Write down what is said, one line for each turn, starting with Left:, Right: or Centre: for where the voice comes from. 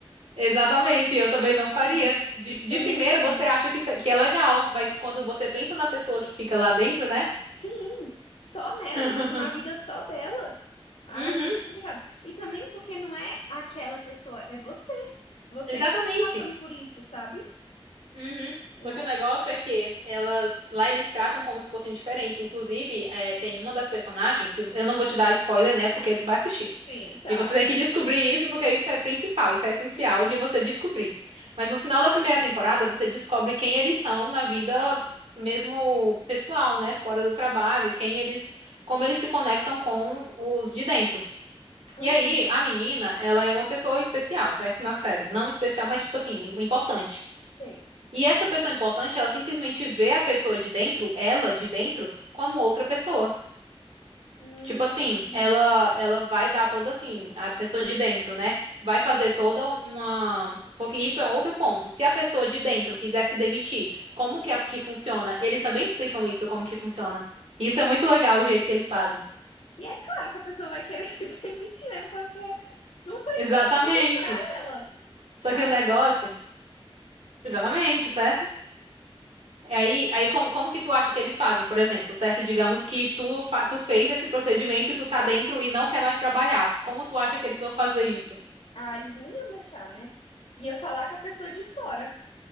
Right: Exatamente, eu também
Left: Não
Right: não
Left: faria.
Right: faria. De, de
Left: Eu
Right: primeira
Left: não faria.
Right: você acha que, isso é- que é legal, mas quando você pensa na pessoa que fica lá dentro, né?
Left: Sim, só nela,
Right: <laughs>
Left: tipo, na vida só dela. Ai,
Right: Uhum,
Left: muito complicado. E também porque não é aquela pessoa, é você. Você
Right: exatamente.
Left: que vai estar passando por isso, sabe?
Right: Uhum.
Left: Nossa,
Right: Só que o negócio é que elas lá eles tratam como se fossem diferentes. Inclusive, é, tem uma das personagens, que eu não vou te dar spoiler, né? Porque tu vai assistir.
Left: sim, tá.
Right: E você tem que descobrir isso, porque isso é principal, isso é essencial
Left: Uhum,
Right: de você descobrir. Mas no final da primeira temporada, você descobre quem eles são na vida mesmo pessoal, né? Fora do trabalho, quem eles, como eles se conectam com os de dentro.
Left: uhum,
Right: E aí, a menina, ela é uma pessoa especial, certo? Na série. Não especial, mas tipo assim, importante.
Left: sei.
Right: E essa pessoa importante, ela simplesmente vê a pessoa de dentro, ela de dentro, como outra pessoa.
Left: Hum.
Right: Tipo assim, ela ela vai dar toda assim, a pessoa de dentro, né? Vai fazer toda uma. Porque isso é um outro ponto. Se a pessoa de dentro quiser se demitir, como que, é- que funciona? Eles também explicam isso, como que funciona. Isso é muito legal o jeito que eles fazem.
Left: E é claro que a pessoa vai querer <laughs> se demitir, né? Porque não faz
Right: Exatamente.
Left: sentido pra ela.
Right: Só
Left: Pra
Right: que
Left: ela.
Right: o negócio.
Left: não-
Right: Exatamente, certo? Aí, aí como, como que tu acha que eles fazem, por exemplo, certo? Digamos que tu, fa- tu fez esse procedimento e tu tá dentro e não quer mais trabalhar. Como tu acha que eles vão fazer isso?
Left: Ah, eles não iam deixar, né? Ia falar com a pessoa de fora.